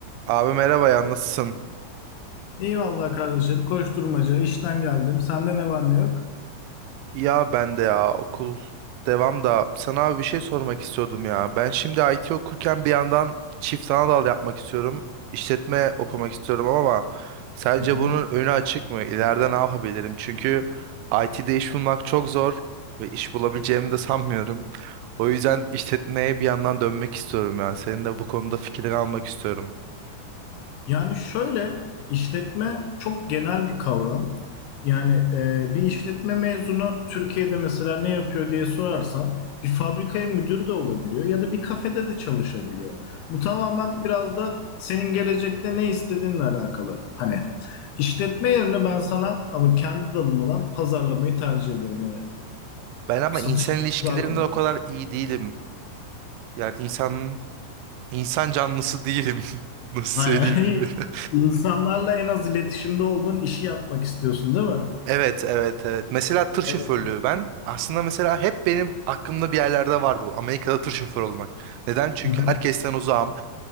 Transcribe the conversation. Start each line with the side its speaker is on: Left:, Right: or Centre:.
Right: Abi merhaba ya nasılsın?
Left: İyi Eyvallah kardeşim. Koşturmaca. işten geldim. Sende ne var ne yok?
Right: Ya ben de ya okul devam da sana abi bir şey sormak istiyordum ya. Ben şimdi IT okurken bir yandan çift ana dal yapmak istiyorum. İşletme okumak istiyorum ama sence
Left: Hı hı.
Right: bunun önü açık mı? İleride ne yapabilirim? Çünkü IT'de iş bulmak çok zor ve iş bulabileceğimi de sanmıyorum. O yüzden işletmeye bir yandan dönmek istiyorum ya. Senin de bu konuda fikrini almak istiyorum.
Left: Yani şöyle işletme çok genel bir kavram. Yani e, bir işletme mezunu Türkiye'de mesela ne yapıyor diye sorarsan bir fabrikaya müdür de olabiliyor ya da bir kafede de çalışabiliyor. Bu tamamen biraz da senin gelecekte ne istediğinle alakalı. Hani işletme yerine ben sana ama kendi dalım olan pazarlamayı tercih ederim. Hani
Right: Ben ama
Left: satış
Right: insan ilişkilerinde
Left: ve pazarlama.
Right: o kadar iyi değilim. Yani insanın insan canlısı değilim. <laughs> Nasıl
Left: Aynen.
Right: söyleyeyim bilmiyorum. <laughs>
Left: <laughs> İnsanlarla en az iletişimde olduğun işi yapmak istiyorsun, değil mi?
Right: Evet, evet, evet. Mesela tır şoförlüğü
Left: Evet.
Right: ben aslında mesela hep benim aklımda bir yerlerde var bu. Amerika'da tır şoförü olmak. Neden? Çünkü
Left: Hı-hı.
Right: herkesten uzağım.